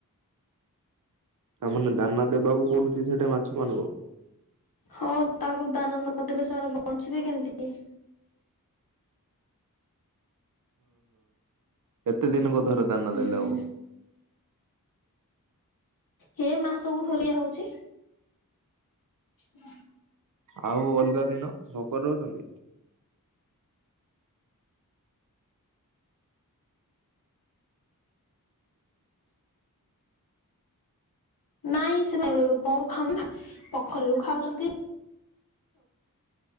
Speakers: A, on the right; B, on the left.
A: ତା'ମାନେ ଦାନା ଦେବାକୁ ପଡୁଚି, ସେଠେ ମାଛ ମାନଙ୍କୁ।
B: ହଁ, ତାଙ୍କୁ ଦାନା ନଦେଲେ ସେମାନେ ବଞ୍ଚିବେ କେ--ତି?
A: କେତେ ଦିନକୁ ଥରେ ଦାନା
B: ହୁଁ
A: ଦେଲେ ହବ?
B: ହେ ମାସକୁ ଥରେ ହଉଚି। ହୁଁ
A: ଆଉ ଅଲ୍‌ଗା ଦିନ ଭୋକରେ ରହୁଚନ୍ତି।
B: ନାଇଁ ସେ ପୋଖରୀ ରୁ ଖାଉଚନ୍ତି।